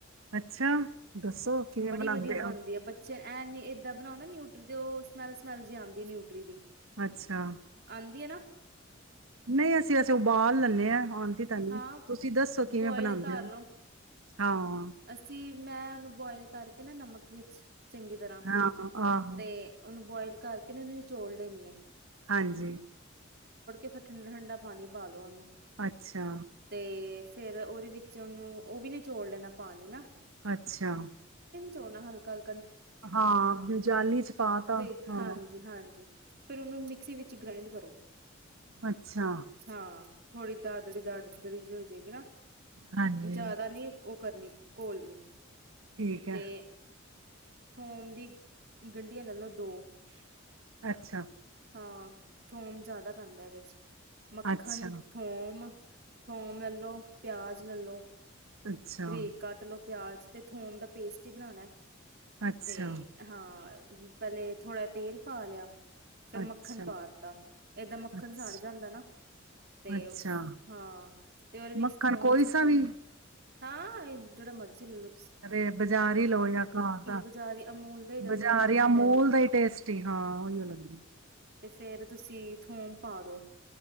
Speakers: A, on the right (about 85°); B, on the right (about 50°).
A: ਅੱਛਾ! ਦੱਸੋ ਕਿਵੇਂ
B: ਬੜੀ
A: ਬਣਾਉਂਦੇ
B: ਵਧੀਆ ਬਣਦੀ
A: ਹੋ?
B: ਹੈ ਬੱਚੇ ਐਂ ਨੀ ਏਦਾਂ ਬਣਾਉ ਨਾ ਨਿਊਟਰੀ ਤੇ ਉਹ ਸਮੈਲ-ਸਮੈਲ ਜਿ ਆਉਂਦੀ ਹੈ ਨਿਊਟਰੀ ਦੀ।
A: ਅੱਛਾ।
B: ਆਂਦੀ ਹੈ ਨਾ
A: ਨਹੀਂ ਅਸੀਂ ਵੈਸੇ ਉਬਾਲ ਲੈਂਦੇ ਹਾਂ ਆਂ ਦੀ ਤਾਂ ਨਹੀਂ
B: ਹਾਂ
A: ਤੁਸੀਂ ਦੱਸੋ ਕਿਵੇਂ
B: ਬੋਇਲ
A: ਬਣਾਉਂਦੇ
B: ਕਰ
A: ਹੋ?
B: ਲੋ
A: ਹਾਂ,
B: ਅਸੀਂ ਮੈਂ ਉਹਨੂੰ ਬੋਇਲ ਕਰਕੇ ਨਾ ਨਮਕ ਵਿੱਚ ਚੰਗੀ ਤਰ੍ਹਾਂ
A: ਹਾਂ ਆਹੋ
B: ਤੇ ਉਹਨੂੰ ਬੋਇਲ ਕਰਕੇ ਉਹਨਾਂ ਨੂੰ ਚੋੜ ਲੈਣੀ ਏ।
A: ਹਾਂਜੀ।
B: ਫੇਰ ਠੰਡਾ-ਠੰਡਾ ਪਾਣੀ ਪਾ ਲਓ ਉਹਨੂੰ।
A: ਅੱਛਾ।
B: ਤੇ ਫੇਰ ਉਹਦੇ ਵਿੱਚ ਉਹਨੂੰ ਉਹ ਵੀ ਨ ਚੋੜ ਲੈਣਾ ਪਾਣੀ ਨਾ।
A: ਅੱਛਾ।
B: ਚੋੜਨਾ ਹਲਕਾ ਹਲ
A: ਹਾਂ ਜਾਂਲੀ ਚ ਪਾ ਤਾ
B: ਤੇ
A: ਹਾਂ।
B: ਹਾਂਜੀ ਹਾਂਜੀ ਫੇਰ ਉਹਨੂੰ ਮਿਕਸੀ ਵਿੱਚ ਗ੍ਰੈਡ ਕਰੋ।
A: ਅੱਛਾ।
B: ਹਾਂ ਥੋੜ੍ਹੀ ਦਾਦੜੀ-ਦਾਦੜੀ ਜਿ ਹੋ ਜਾਏਗੀ ਨਾ।
A: ਹਾਂਜੀ
B: ਜਿਆਦਾ ਨੀ। ਕਰਨੀ ਘੋਲਣੀ ਕ
A: ਠੀਕ ਹੈ
B: ਤੇ ਥੋਮ ਦੀ ਗੰਢੀਆਂ ਲੈਲੋ। ਦੋ।
A: ਅੱਛਾ।
B: ਹਾਂ, ਥੋਂਮ ਜਾਦਾ ਪੈਂਦਾ ਏਦੇ ਚ। ਮੱਖਨ,
A: ਅੱਛਾ,
B: ਥੋਂਮ ਥੋਂਮ ਲੈਲੋ ਪੇਆਜ ਲੈਲੋ
A: ਅੱਛਾ,
B: ਬਰੀਕ ਕੱਟ ਲੋ। ਪੇਆਜ ਤੇ ਥੋਂਮ ਦਾ ਪੇਸਟ ਹੀ ਬਨਾ ਨੈ।
A: ਅੱਛਾ,
B: ਤੇ ਹਾਂ ਪੈਲੇ ਥੋੜਾ ਤੇਲ ਪਾ ਲੇਆ ਫੇਰ ਮੱਖਨ
A: ਅੱਛਾ,
B: ਪਾ ਤਾ, ਏਦਾਂ ਮੱਖਨ
A: ਅੱਛਾ,
B: ਸਾੜ ਜਾਂਦਾ ਨਾ, ਤੇ
A: ਅੱਛਾ
B: ਫ ਹਾਂ ਤੇਲ ਵਿੱਚ
A: ਮੱਖਣ
B: ਥੋਮ
A: ਕੋਈ
B: ਸੁਟੇ
A: ਸਾ ਵੀ
B: ਹਾਂ, ਹਾਂ ਜੇੜਾ ਮਰਜੀ ਲੈਲੋ
A: ਅਰੇ ਬਜਾਰੀ ਲੋ ਯਾ ਘਾਰ ਦਾ,
B: ਬਜ਼ਾਰੀ ਅਮੂਲ ਦਾ ਹੀ ਲੈਲੋ
A: ਬਜਾਰੀ
B: ਜਾਂ ਮਦਰ
A: ਅਮੂਲ
B: ਡੇਅਰੀ
A: ਦਾ ਈ ਟੇਸਟੀ ਹਾਂ ਓਈਓ ਲੈਲੋ।
B: ਤੇ ਫੇਰ ਤੁਸੀ ਥੋਂਮ ਪਾਦੋ